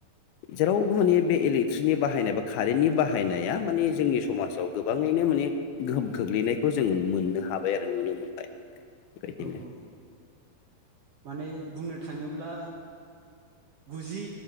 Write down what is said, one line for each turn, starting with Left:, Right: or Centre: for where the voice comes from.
Left: जेरावबो माने बे इलेक्ट्रिकनि बाहायनाय बा कारेन्टनि बाहायनाया माने जोंनि समाजाव गोबाङैनो माने गोहोम खोग्लैनायखौ जों मोननो हाबाय आरो नुनो मोनबाय। बेबायदिनो
Right: औ औ माने बुंनो थाङोब्ला गुजि